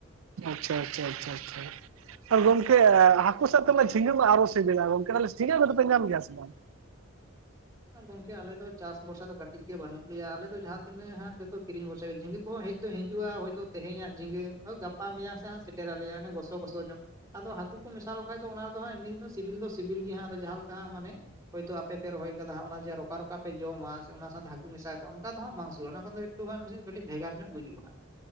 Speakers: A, on the right (about 80°); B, on the right (about 15°).
A: ᱟᱪᱟ-ᱪᱟ-ᱪᱟ-ᱪᱟ᱾ ᱚ ᱜᱚᱢᱠᱮ, ᱦᱟᱠᱩ ᱥᱟᱛᱮᱢᱟ ᱡᱷᱤᱸᱜᱟᱹ ᱢᱟ ᱟᱨᱚ ᱥᱮᱹᱵᱮᱹᱞᱟ, ᱜᱚᱝᱠᱮ, ᱛᱷᱟᱞᱮ ᱡᱷᱤᱸᱜᱟᱹ ᱫᱚ ᱫᱚᱯᱮ ᱧᱟᱢ ᱜᱮᱭᱟ ᱥᱮ ᱵᱟᱝ?
B: ᱟ ᱜᱚᱝᱠᱮ, ᱟᱞᱮ ᱫᱚ ᱪᱟᱥ ᱵᱚᱨᱥᱟ ᱫᱚ ᱠᱟᱹᱴᱤᱡ ᱜᱮ ᱵᱟᱹᱱᱩᱜ ᱞᱮᱭᱟ, ᱟᱞᱮ ᱫᱚ ᱡᱟᱦᱟᱸ ᱛᱤᱱᱟᱹᱜ ᱦᱟᱸᱜ, ᱡᱚᱛᱚ ᱠᱤᱨᱤᱧ ᱵᱷᱚᱨᱥᱟ ᱜᱮ! ᱡᱷᱤᱸᱜᱟᱹ ᱠᱚ ᱦᱮᱡ ᱫᱚ ᱦᱤᱸᱡᱩᱜᱼᱟ ᱦᱚᱭᱛᱳ, ᱛᱮᱦᱮᱧᱟᱜ ᱡᱷᱤᱸᱜᱟᱹ ᱦᱚ, ᱜᱟᱯᱟ, ᱢᱮᱭᱟᱝ ᱥᱮ ᱦᱚᱸ ᱥᱮᱴᱮᱨᱟᱞᱮᱭᱟ, ᱚᱱᱮ ᱜᱚᱥᱚ-ᱜᱚᱥᱚ ᱧᱚᱜ᱾ ᱟᱫᱚ ᱦᱟᱠᱩ ᱠᱚ ᱢᱮᱥᱟᱞᱠᱚ ᱠᱷᱟᱡ ᱫᱚ, ᱚᱱᱟ ᱫᱚ ᱦᱟᱸᱜ, ᱮᱢᱱᱤ ᱨᱮᱫᱚ ᱥᱤᱵᱤᱞ ᱫᱚ, ᱥᱤᱵᱤᱞ ᱜᱮ ᱦᱟᱸᱜ ᱟᱫᱚ ᱡᱟᱦᱟᱸ ᱞᱮᱠᱟ ᱦᱟᱸᱜ ᱢᱟᱱᱮ ᱦᱚᱭ ᱛᱳ ᱟᱯᱮ, ᱯᱮ ᱨᱚᱦᱚᱭ ᱠᱟᱫᱟ, ᱚᱱᱟ ᱡᱮ ᱨᱚᱠᱟ-ᱨᱚᱠᱟ ᱯᱮ ᱡᱚᱢᱟ ᱥᱮ ᱚᱱᱟ ᱥᱟᱛᱮ ᱦᱟᱠᱩ ᱢᱮᱥᱟ ᱠᱟᱜ, ᱚᱝᱠᱟ ᱫᱚ ᱦᱟᱸᱜ ᱵᱟᱝ ᱥᱤᱵᱤᱞ, ᱚᱱᱟ ᱠᱷᱚᱱ ᱫᱚ ᱮᱠᱴᱩ ᱜᱟᱱ ᱨᱤ ᱠᱟᱹᱴᱤᱜ ᱵᱷᱮᱜᱟᱨ ᱧᱚᱜ ᱵᱩᱡᱩᱜᱼᱟᱸᱦᱟᱜ᱾